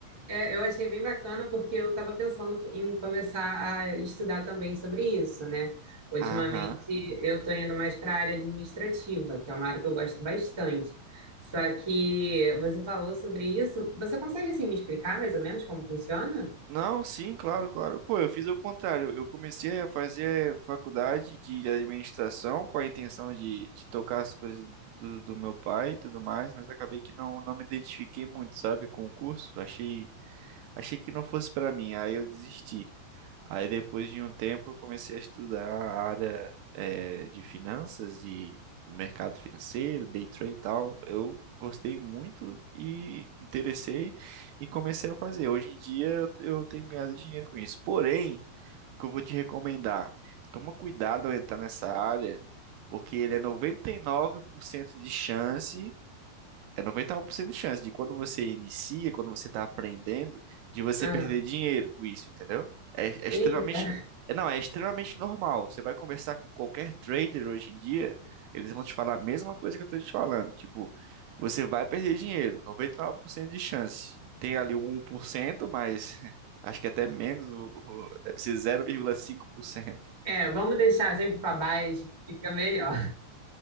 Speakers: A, on the right (about 25°); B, on the right (about 80°).
A: é, eu achei bem bacana porque eu estava pensando em começar a estudar também sobre isso, né? Ultimamente,
B: aham.
A: eu estou indo mais para a área administrativa, que é uma área que eu gosto bastante. Só que você falou sobre isso. Você consegue, assim, me explicar mais ou menos como funciona?
B: Não, sim, claro, claro. Pô, eu fiz o contrário. Eu comecei a fazer faculdade de administração com a intenção de, de tocar as coisas do, do meu pai e tudo mais, mas acabei que não, não me identifiquei muito, sabe, com o curso. Achei, achei que não fosse pra mim, aí eu desisti. Aí depois de um tempo eu comecei a estudar a área eh, de finanças e mercado financeiro, day trade e tal. Eu gostei muito e interessei e comecei a fazer. Hoje em dia eu tenho ganhado dinheiro com isso. Porém, o que eu vou te recomendar, toma cuidado ao entrar nessa área, porque ele é 99% de chance é noventa e nove por cento de chance de quando você inicia, quando você está aprendendo, de você
A: Aham.
B: perder dinheiro com isso, entendeu? É, é extremamente.
A: Eita.
B: é, Não, é extremamente normal. Você vai conversar com qualquer trader hoje em dia, eles vão te falar a mesma coisa que eu estou te falando. Tipo, você vai perder dinheiro, 99% de chance. Tem ali um um por cento, mas <laughs> acho que até menos, o- o- deve ser zero vírgula cinco por cento,
A: É, vamos deixar sempre para baixo, fica melhor.